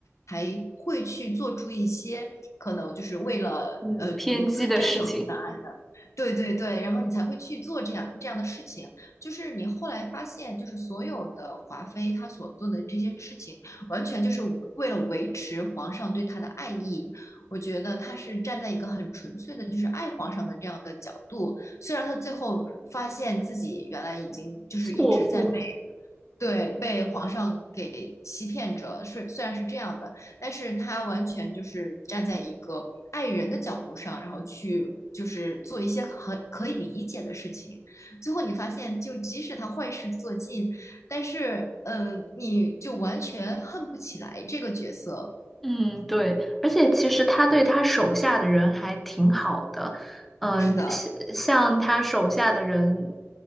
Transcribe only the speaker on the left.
才会去做出一些可能就是为了呃独自占有这份爱，
对对对，然后你才会去做这样这样的事情。就是你后来发现，就是所有的华妃她所做的这些事情，完全就是为了维持皇上对她的爱意。我觉得她是站在一个很纯粹的，就是爱皇上的这样的角度。虽然她最后发现自己原来已经就是一直在被
对，被皇上给欺骗着，是虽然是这样的，但是他完全就是站在一个爱人的角度上，然后去就是做一些很可以理解的事情。最后你发现，就即使他坏事做尽，但是嗯，你就完全恨不起来这个角色。
是的，